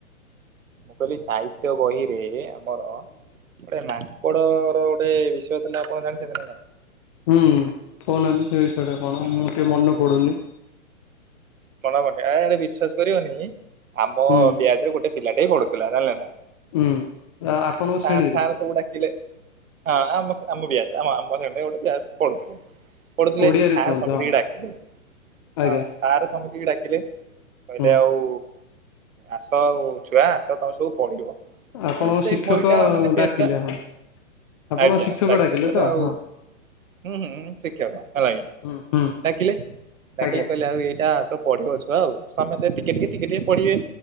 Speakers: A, on the right; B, on the left.
A: ମୁଁ କହିଲି ସାହିତ୍ୟ ବହିରେ ଆମର। ଗୋଟେ ମାଙ୍କଡ଼ର ଗୋଟେ ବିଷୟ ଥିଲା। ଆପଣ ଜାଣିଚନ୍ତି ନା ନାଇଁ?
B: ହୁଁ କଉନାହାନ୍ତି, ସେ ବିଷୟଟା କଣ?
A: ହୁଁ
B: ମୁଁ ଟିକେ ମନେ ପଡୁନି।
A: ମନ ପଡୁନି। ଆରେ ବିଶ୍ଵାସ କରିବନି ଆମ
B: ହୁଁ
A: ବ୍ୟାଚରେ ଗୋଟେ ପିଲାଟିଏ ପଢ଼ୁଥିଲା ଜାଣିଲେ ନା?
B: ହୁଁ ଆପଣଙ୍କ
A: ସାର୍
B: ଶ୍ରେଣୀରେ
A: ସାର୍ ସବୁ ଡାକିଲେ ହଁ, ଆମ ଆମ ବ୍ୟାସ୍ ଆମ ଆମ ସାଙ୍ଗରେ ଗୋଟେ ବ୍ୟାଚ୍ ପଢ଼ୁଥିଲେ। ପଢ଼ୁଥିଲେ
B: ଓଡିଆରେ
A: ସାର୍
B: କୁହନ୍ତୁ
A: <unintelligible>
B: ହଁ
A: ଡାକିଲେ
B: ଆଜ୍ଞା
A: ହଁ। ସାର୍ ସମିତିକି ଡାକିଲେ କହିଲେ
B: ହୁଁ
A: ଆଉ ଆସ ଆଉ ଛୁଆ ଆସ ତମେ ସବୁ ପଡ଼ିବ।
B: ଆପଣଙ୍କ
A: ସେଇ
B: ଶିକ୍ଷକ
A: ବହିଟା, ମାନେ ପେଜଟା।
B: ଡାକିଲେ ହଁ ଆପଣ
A: ଆଜ୍ଞା,
B: ଶିକ୍ଷକ
A: ଡାକିଲେ, କହିଲେ
B: ତ
A: ଆଉ
B: ହଁ
A: ହୁଁ, ହୁଁ ଶିକ୍ଷକ ହେଲା କି
B: ହୁଁ ହୁଁ
A: ଡାକିଲେ ଡାକିଲେ
B: ଆଜ୍ଞା
A: କହିଲେ ଆଉ ଏଇଟା ତ ପଢିବ ଛୁଆ, ଆଉ ସମସ୍ତେ ଟିକେ-ଟିକେ-ଟିକେ-ଟିକେ ପଢ଼ିବେ,